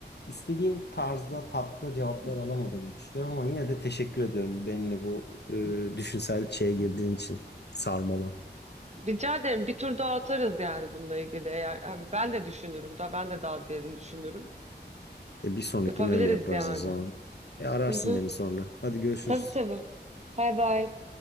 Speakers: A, on the left (about 65°); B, on the right (about 35°).
A: istediğim tarzda tatlı cevaplar alamadığımı düşünüyorum ama yine de teşekkür ediyorum benimle bu e, düşünsel şeye girdiğin için sarmala.
B: Rica ederim bir tur daha atarız yani bununla ilgili. Eğer hani ben de düşünürüm daha ben de daha derin düşünürüm.
A: E, bir sonrakini
B: Yapabiliriz
A: öyle yaparız
B: yani.
A: o zaman. E, ararsın
B: Hı hı.
A: beni sonra. Hadi görüşürüz.
B: Tabii tabii. Bay bay.